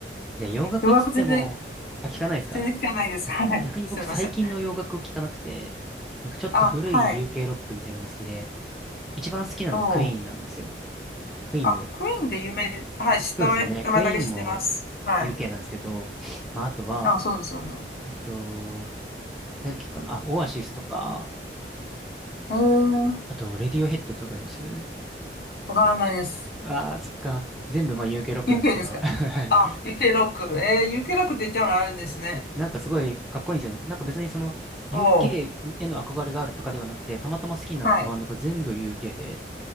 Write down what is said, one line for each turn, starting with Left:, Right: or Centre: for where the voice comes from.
Centre: で、洋楽っつっても、
Left: ようやく全然、
Centre: あ、聞かないですか
Left: 全然聞かないです。はい。
Centre: 逆に僕最近の洋楽を聞かなくて、
Left: すみません。
Centre: なんかちょっと古い
Left: あ、はい。
Centre: UK ロックみたいなのが好きで、一番好きなのクイーンなんですよ。
Left: おう。
Centre: クイーンも
Left: あ、クイーンで有名、はい、し名前、
Centre: そうですよね。
Left: 名前だけ知ってます。
Centre: クイーンも
Left: はい。
Centre: UK なんですけど、まあ、あとは、
Left: あ、そうですよね。
Centre: えっと、何曲かなあ、オアシスとか、
Left: うーん、
Centre: あと、レディオヘッドってわかります
Left: わからないです。
Centre: ああー、そっか。全部、まあ、UK ロックなんですけど。
Left: UK ですかあ、
Centre: <laughs> はい。
Left: UK ロック。えー、UK ロックって言っちゃうのあるんですね。
Centre: なんかすごいかっこいいんですよね。なんか別にその、UK
Left: おー、
Centre: への憧れがあるとかではなくて、たまたま好きになったバンドが全部
Left: はい。
Centre: UK で、